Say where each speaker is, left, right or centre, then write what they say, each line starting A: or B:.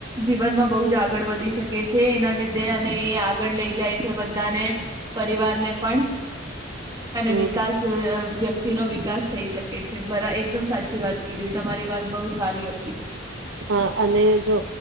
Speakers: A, on the right; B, on the right.
A: જીવનમાં બો જ આગળ વધી શકે છે, એના લીધે અને એ આગળ લઈ જાય છે બધાને પરિવારને પણ. અને
B: હમ
A: વિકાસ અ વ્યક કી નો વિકાસ થઈ શકે છે, બરા એકદમ સાચી વાત કીધી તમારી વાત બહુ સારી હતી.
B: હા અને જો